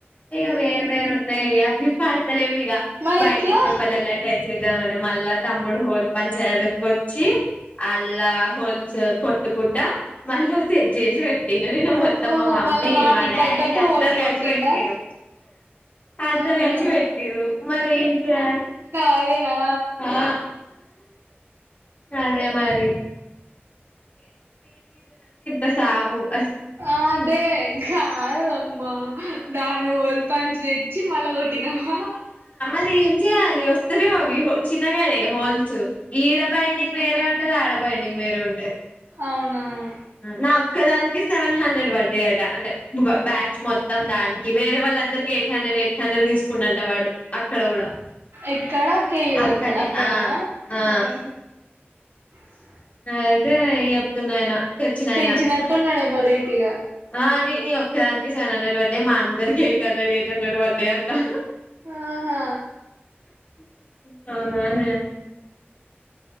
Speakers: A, on the left (about 35°); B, on the right (about 85°).
A: ఇగ
B: ఉహు
A: వేరు వేరు నెయ్ అవ్వి పాడుతలెవ్విగ
B: మరి
A: బైండింగ్
B: ఎట్లా
A: పేపర్లల్లో టైప్ చేద్దామని మళ్ళా తమ్ముడు హోల్ పంచ్ చేడక్కొచ్చి అల్లా హోల్స్ కొట్టుకుట్టా మళ్ళా సెట్ చేసి పెట్ టిన్న దినం మొత్తం
B: ఓహో
A: మా మమ్మీ
B: మళ్ళా వాటికి
A: మా డాడీ
B: తగ్గట్టు
A: అందరూ
B: హోల్స్
A: కలిసి
B: కొట్టిండా
A: పెట్టిర్రు అందరూ
B: ఆహా
A: కలిసి పెట్టిర్రు మరేం చేయాలి
B: అదే రా
A: ఆ అదే మరి సావ
B: ఆ అదే కారు అమ్మ దాన్ని ఓల్పాంచి తెచ్చి మళ్ల కొట్టినావా
A: అ ఏం చేయాల వస్త రే బాబ చిన్నగా రే హల్ ఈడ ప అ వేర ఉ ఆడ బైడింగ్ వేర ఉ
B: అవునాను
A: నా ఒక్కదానికి సెవెన్ హండ్రెడ్ పడ్డాయి అట అంటే బ్యాచ్ మొత్తం దానికి వేరే వాళ్ళందరికి ఎయిట్ హండ్రెడ్ ఎయిట్ హండ్రెడ్ తీసుకున్నంట వాడు అక్కడ కూడా
B: ఎక్కడా కేయి దగ్గర
A: అక్కనే
B: అక్కడనా
A: ఆ ఆ
B: ఆహ స్
A: అయితే చెప్తున్నాయన తెచ్చినాయన
B: పెంచినట్టున్నారెమొ రెట్ ఇగా
A: అ నీ నీ ఒక్కదానికి సెవెన్ హండ్రెడ్ వడ్డే మా అందరికి ఎయిట్ హండ్రెడ్ ఎయిట్ హండ్రెడ్ వడ్డే అంతా
B: ఆహా
A: <unintelligible>